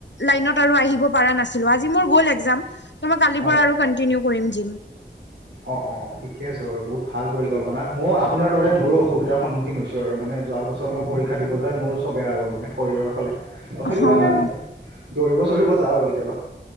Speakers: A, on the left; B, on the right.
A: লাইনত আৰু আহিব পৰা নাছিলোঁ, আজি মোৰ গ'ল একজাম। ত' মই কালিৰ
B: হয়
A: পৰা আৰু কণ্টিনিউ কৰিম জিম।
B: অ', অ', ঠিকে আছে বাৰু, বহুত ভাল পৰিকল্পনা। ময়ো আপোনাৰ দৰে মোৰো অসুবিধাৰ সন্মুখীন হৈছো আৰু মানে যোৱাবছৰ পৰীক্ষা দিব যায়, মোৰো চব এৰা গ'ল মানে শৰীৰৰ ফালে। তথাপিও
A: অ'
B: মানে দৌৰিব-চৰিব যাওঁ আৰু কেতিয়াবা।